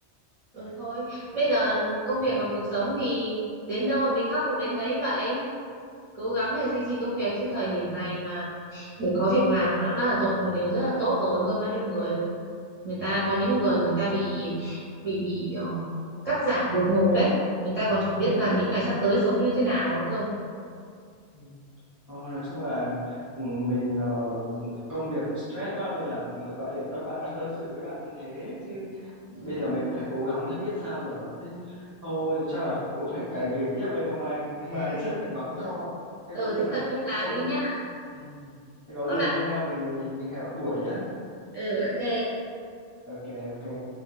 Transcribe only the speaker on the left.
Ừ.
Ừ.
Ừ. Thôi, nói chung là ừ, mình ờ, công việc cũng stress quá nên là gọi điện tâm bạn tâm sự với bạn như thế chứ bây
giờ mình cũng phải cố gắng chứ biết sao giờ. Thế thôi chắc là cũng phải cày việc tiếp đây không mai <laughs> mai sếp lại mắng cho. Thế
có gì
là
hôm
ừ, thế có
gì
là hôm
nào mình mình hẹn buổi nhá.
Ok ok.